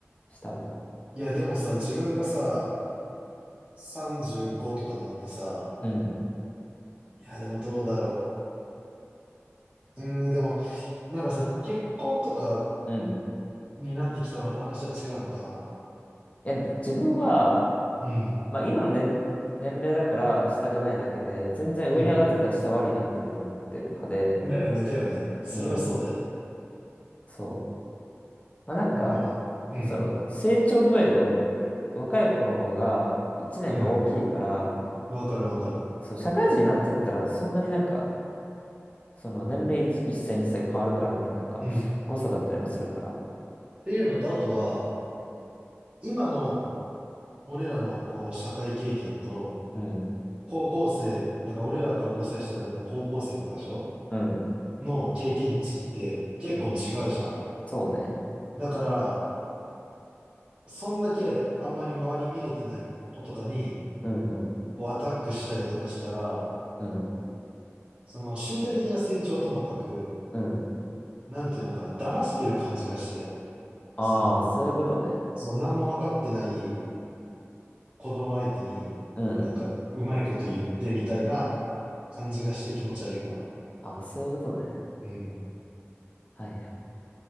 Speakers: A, on the left; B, on the right.
A: 下は。
B: いや、でもさ、自分がさ、35とかになってさ、
A: うん。
B: いや、でもどうだろう。うん、でも、なんかさ、結婚とか
A: うん。い
B: になってきたらまた話は違うのかな。
A: や、自分は、
B: うん、
A: まあ今の年、年齢だから下がないだけで、全然上に上がってたら下はあになっていくと思ってる派で、
B: うん。だよね、だよね。それはそうだよね。
A: うん。そう。まあなんか、
B: まあ、うん、
A: その成長具合が若い子の方が1年が大きいから、
B: うん。わかるわかる。
A: そう、社会人になってったらそんなになんか、その年齢 1, 歳2歳変わるからってなんか誤差だったりもするから。
B: うん。っていうのと、あとは、今の俺らのこう、社会経験と、
A: うん。
B: 高校生、だから俺らから5歳下なんだ高校生とかでしょ
A: うん。
B: の経験値って結構違うじゃん。
A: うん。そうね。
B: だから、そんだけあんまり周り見れてない子とかに、
A: うんうん。
B: こう、アタックしたりとかしたら、
A: うん。
B: その身体的な成長はともかく、
A: うん。
B: なんていうのかな、騙してる感じがして、
A: ああ、
B: その、
A: そういうことね。
B: そう、何も分かってない子供相手に、
A: うん。
B: なんか、うまいこと言ってみたいな感じがして気持ち悪いかな。
A: あ、そういうことね。
B: うん。
A: はいはい。